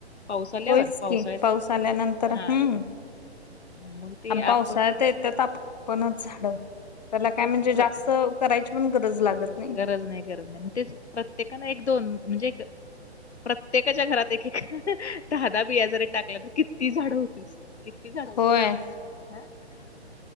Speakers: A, on the left (about 75°); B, on the left (about 40°).
A: पाऊस आल्यावर
B: होयच
A: पावसाळ्यात
B: की पाऊस आल्यानंतर
A: हा
B: हम्म
A: मग ते
B: आम पावसाळ्यात
A: आपण
B: इथ ताप पणच झाड त्याला काय
A: तेच
B: म्हणजे
A: प्र-
B: जास्त करायची पण गरज लागत नाही
A: गरज गरज नाही मग तेच प्रत्येकानं एक दोन म्हणजे प्रत्येकाच्या घरात एक दहादा बिया जरी टाक त्या तर किती झाडं होतील किती झाड होती
B: होय
A: हा